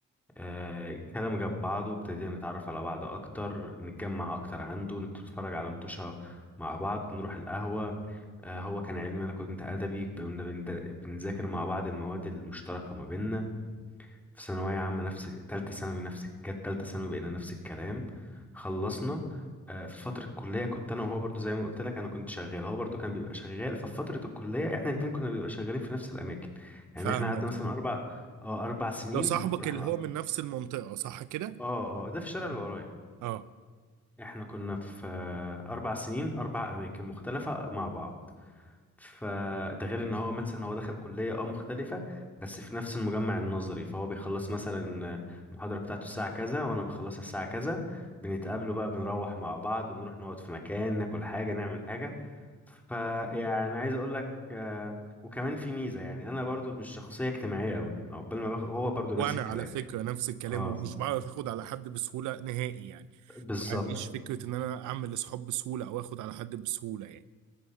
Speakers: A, in the centre; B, on the right.
A: آه، كلام جاب بعضه ابتدينا نتعرف على بعض اكتر نتجمع اكتر عنده نتفرج على متوشة مع بعض نروح القهوة آه، هو كان علمي انا كنت ادبي كنا بند- بنذاكر مع بعض المواد المشتركة ما بيننا في ثانوية عامة نفس تالتة ثانوي نفس كانت تالتة ثانوي بقينا نفس الكلام خلصنا آه، في فترة الكلية كنت أنا وهو برضو زي ما قلت لك أنا كنت شغال هو برضو كان بيبقى شغال ففي فترة الكلية إحنا الاتنين كنا بنبقى شغالين في نفس الأماكن يعني
B: فاهمك
A: إحنا قعدنا مثلا
B: يعني
A: أربع اه أربع سنين
B: ده صاحبك
A: رحنا
B: اللي هو من نفس المنطقة صح كده؟
A: اه اه ده في الشارع اللي
B: مم.
A: ورايا
B: اه
A: احنا كنا في آه، اربع سنين اربع اماكن مختلفة مع بعض فده غير ان هو مثلا هو دخل كلية اه مختلفة بس في نفس المجمع النظري فهو بيخلص مثلا المحاضرة بتاعته الساعة كذا وانا بخلصها الساعة كذا بنتقابلوا بقى بنروح مع بعض بنروح نقعد في مكان ناكل حاجة نعمل حاجة فيعني عايز اقول لك آه، وكمان في ميزة يعني انا برضو مش شخصية اجتماعية قوي يعني عقبال ما باخد هو برضو
B: وانا
A: نفس الكلام
B: على فكرة نفس الكلام
A: اه
B: ومش بعرف اخد على حد بسهولة نهائي يعني
A: بالظبط
B: ما عنديش فكرة ان انا اعمل اصحاب بسهولة او اخد على حد بسهولة يعني